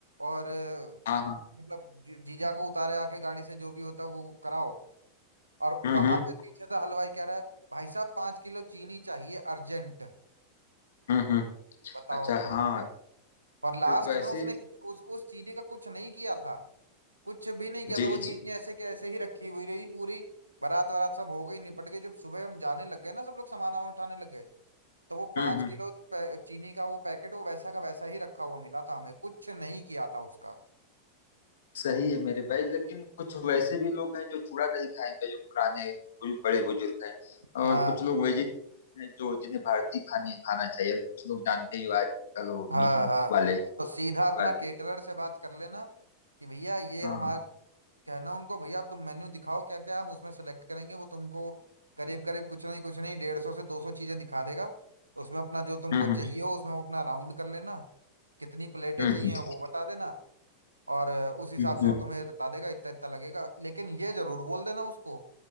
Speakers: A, on the right (about 80°); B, on the left (about 60°).
A: और अ,
B: हाँ हाँ हाँ,
A: मतलब जी- जीजा को उतारे आके गाड़ी से जो भी होता है वो कराओ और
B: हम्म
A: वहां
B: हम्म
A: पे पीछे से हलवाई कह रहा है भाई साहब पाँच किलो चीनी चाहिए अर्जेंट
B: हम्म हम्म।
A: बताओ
B: अच्छा हाँ
A: और लास्ट
B: फिर तो ऐसे
A: में उसने उस उस चीनी का कुछ नहीं किया था कुछ भी नहीं किया
B: जी
A: था वो चीनी
B: जी
A: ऐसे के ऐसे ही रखी हुई रही पूरी बारात वारात सब हो गई निपट गई जब सुबह हम जाने लग गए ना सब लोग सामान वामान उठाने लग गए तो वो पाँच
B: हम्म हम्म
A: किलो पै- चीनी का वो पैकेट वो वैसा का वैसा ही रखा हुआ मिला था हमें कुछ नहीं किया था उसका
B: सही है मेरे भाई लेकिन कुछ वैसे भी लोग हैं जो चूड़ा नहीं खाएंगे जो पुराने बुजु- बड़े बुजुर्ग हैं
A: हाँ
B: और कुछ लोग वेजिटेरियन हैं जो जिन्हें भारतीय खाने खाना चाहिए और कुछ लोग जानते ही हो आजकल वो
A: हाँ
B: मीट
A: हाँ
B: वाले
A: तो सीधा अपना
B: वाले
A: केटरर से बात कर लेना कि भैया ये
B: हाँ
A: हमारा
B: हाँ
A: कहना उनको भैया आप तुम मेन्यू दिखाओ क्या क्या हम उसमें सेलेक्ट करेंगे वो तुमको करीब करीब कुछ नहीं कुछ नहीं डेढ़ सौ से दो सौ चीजें दिखा देगा उसमें अपना जो तुमको
B: हम्म हम्म
A: चाहिए हो उसमें वो अपना राउंड कर लेना कितनी प्लेटें
B: हम्म
A: चाहिए हम्म वो बता देना और अ, उस हिसाब
B: हम्म
A: से
B: हम्म,
A: वो तुम्हें बता देगा इतना इतना लगेगा लेकिन ये जरूर बोल देना उसको